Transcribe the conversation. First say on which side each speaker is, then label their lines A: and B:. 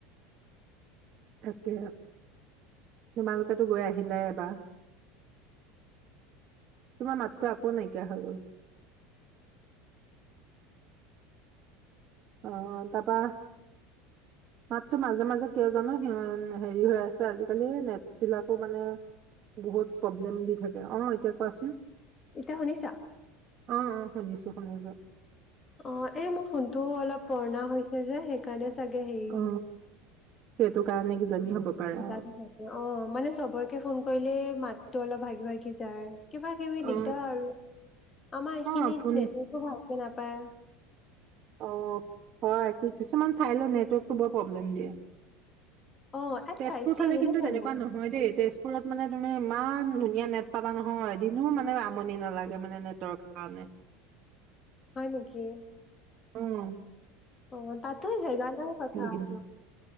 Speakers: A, on the right; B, on the left.
A: তাকে তোমালোকেতো গৈ আহিলাই এবাৰ, তোমাৰ মাতটো আকৌ নাইকিয়া হৈ গল। অ তাৰাপা মাততো মাজে মাজে কিয় জানো সিহ হেৰি হৈ আছে আজিকালি নেট বিলাকো মানে বহুত প্ৰব্লেম দি থাকে, অঁ এতিয়া কোৱাচোন
B: এতিয়া শুনিছা?
A: অঁ অঁ। শুনিছো শুনিছো।
B: অ, এই মো ফোন টো অলপ পুৰণা হৈছে যে, সেই কাৰণে চাগে সেই।
A: অ সেইটো কাৰণে কিজানি। হ'ব পাৰে
B: <unintelligible>
A: অ
B: থাকে অ মানে চবকে ফোন কৰি খালি মাতটো অলপ ভাগি ভাগি যায়। কিবা কিবি
A: অ
B: দিগদাৰ আৰু আমাৰ এইখিনিত
A: অ আপোন
B: <unintelligible> <unintelligible> নাপায়
A: অ হয় কি কিছুমান ঠাইলৈ নেটৱৰ্কটো বৰ প্ৰব্লেম দিয়ে
B: অ ইয়াত
A: তেজপুৰ
B: ফাইভ
A: ফালে
B: জি আহিলে
A: কিন্তু
B: জানো
A: তেনেকুৱা নহয় দেই তেজপুৰ ফোনত মানে তুমি ইমান ধুনীয়া নেট পাবা নহয় এদিনো মানে আমনি নালাগে মানে নেটৰ কাৰণে
B: হয় নেকি
A: উম
B: অ তাতো জেগা ন কথা <unintelligible>
A: কিন্তু